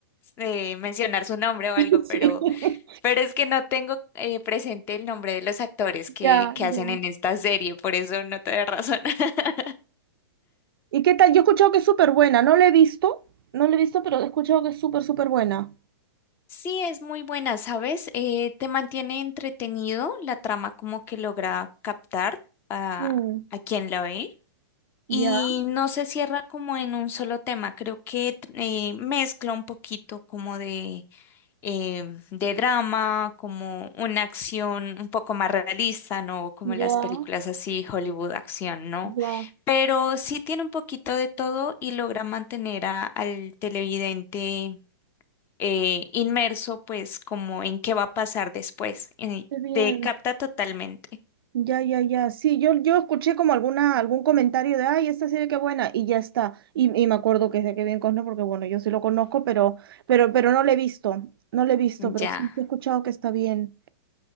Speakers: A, on the left (about 15°); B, on the right (about 65°).
A: eh, mencionar su nombre o algo,
B: <laughs> Sí.
A: pero Pero es que no tengo eh, presente el nombre de los actores que,
B: Ya,
A: que hacen
B: ya.
A: en esta serie, por eso no te doy razón. <laughs>
B: ¿Y qué tal? Yo he escuchado que es súper buena, no la he visto, no la he visto, pero he escuchado que es súper, súper buena.
A: Sí, es muy buena, ¿sabes? Eh, te mantiene entretenido, la trama como que logra captar a,
B: Mm,
A: a quien la ve y
B: ya,
A: no se cierra como en un solo tema, creo que eh, mezcla un poquito como de eh, de drama, como una acción un poco más realista, ¿no? Como
B: Ya,
A: las películas así, Hollywood acción, ¿no?
B: ya,
A: Pero sí tiene un poquito de todo y logra mantener a- al televidente eh, inmerso, pues, como en qué va a pasar después. Eh,
B: qué bien.
A: te capta totalmente.
B: ya, ya, ya. Sí, yo, yo escuché como alguna, algún comentario de, ay, esta serie qué buena, y ya está. Y, y me acuerdo que es de Kevin Costner, porque bueno, yo sí lo conozco, pero, pero, pero no la he visto, no la he visto, pero
A: Ya.
B: sí sí he escuchado que está bien.